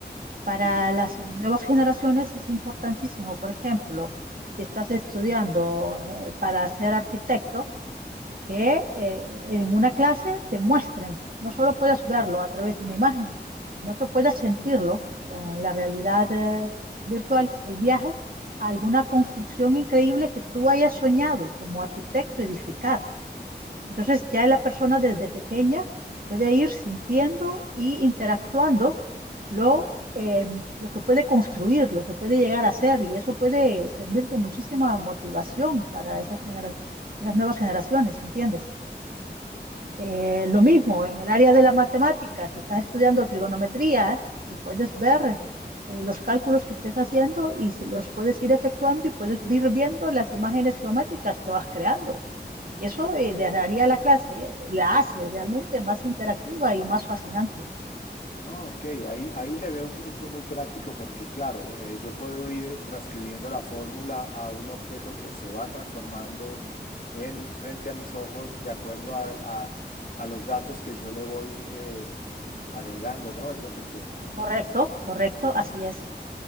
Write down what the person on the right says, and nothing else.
para
las nuevas generaciones es importantísimo. Por ejemplo, si estás estudiando eh, para ser arquitecto, que eh, en una clase te muestren, no solo puedas verlo a través de una imagen, sino que puedas sentirlo con la realidad eh, virtual, el viaje a alguna construcción increíble que tú hayas soñado como arquitecto edificar. Entonces ya la persona desde pequeña puede ir sintiendo y interactuando lo, eh, lo que puede construir, lo que puede llegar a ser, y eso puede servir de muchísima motivación para esas, genera- esas nuevas generaciones, ¿entiendes? Eh,
lo mismo en el área de la matemática, si estás estudiando trigonometría, puedes ver eh, los cálculos que estés haciendo y se los puedes ir efectuando y puedes ir viendo las imágenes geométricas que vas creando. Eso eh, de- haría la clase, la hace realmente más interactiva y más fascinante.
Correcto, correcto, así es.